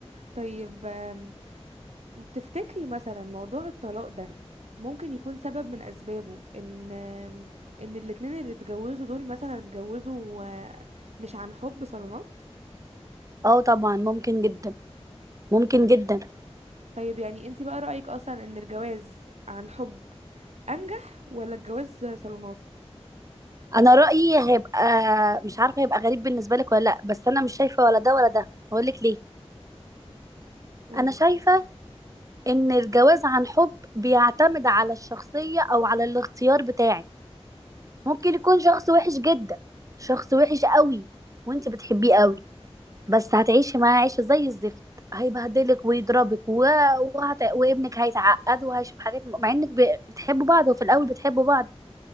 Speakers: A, on the right; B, on the right.
A: طيب آم، تفتكري مثلا موضوع الطلاق ده ممكن يكون سبب من اسبابه ان آم، ان الاتنين اللي اتجوزوا دول مثلا اتجوزوا آه، مش عن حب صالونات
B: اه طبعا ممكن جدا ممكن
A: طب-
B: جدا
A: طيب يعني انتي بقى رأيك اصلا ان الجواز عن حب انجح ولا الجواز صالونات
B: انا رأيي هيبقى مش عارفة هيبقى غريب بالنسبة لك ولا لا بس انا مش شايفة ولا ده ولا ده هقول لك ليه
A: قولي
B: انا شايفة ان الجواز عن حب بيعتمد على الشخصية او على الاختيار بتاعك ممكن يكون شخص وحش جدا شخص وحش قوي وانت بتحبيه قوي بس هتعيشي معاه عيشة زي الزفت هيبهدلك ويضربك و... وهت... وابنك هيتعقد وهيشوف حاجات مع انك ب... بتحبوا بعض وفي الاول بتحبوا بعض